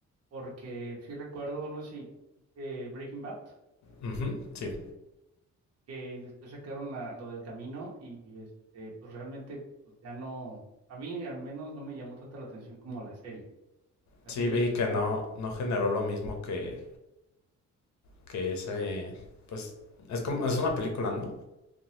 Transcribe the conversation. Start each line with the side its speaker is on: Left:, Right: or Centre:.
Right: porque sí recuerdo, no sé si viste Breaking Bad,
Left: Ujú, sí,
Right: que después sacaron la- lo del camino y este, pues realmente pues ya no, a mí al menos no me llamó tanta la atención como la serie, la
Left: sí
Right: serie original.
Left: vi que no, no generó lo mismo que, que ese, pues es como, es una película, ¿no?